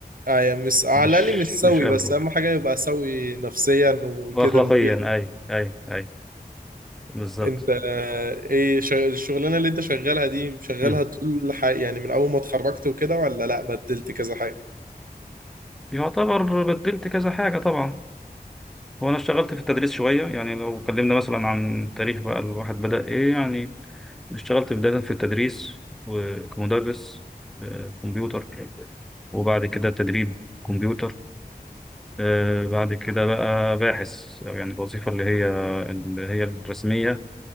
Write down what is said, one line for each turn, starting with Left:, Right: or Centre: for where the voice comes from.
Right: ايوه مش على
Centre: مش
Right: الاقل مش سوي
Centre: مش قابله
Right: بس اهم حاجة يبقى سوي نفسيا وكده
Centre: واخلاقيا
Right: مريح
Centre: اي اي اي بالظبط
Right: انت آه، ايه شغ- الشغلانه اللي انت شغالها دي شغالها
Centre: مم.
Right: طول حي... يعني من اول ما اتخرجت وكده ولا لا بدلت كذا حاجه
Centre: يعتبر بدلت كذا حاجة طبعا وانا اشتغلت في التدريس شوية يعني لو اتكلمنا مثلا عن تاريخ بقى الواحد بدأ ايه يعني اشتغلت بداية في التدريس وكمدرس آه، كمبيوتر وبعد كده تدريب كمبيوتر آه، بعد كده بقى باحث أو يعني الوظيفة اللي هي اللي هي الرسمية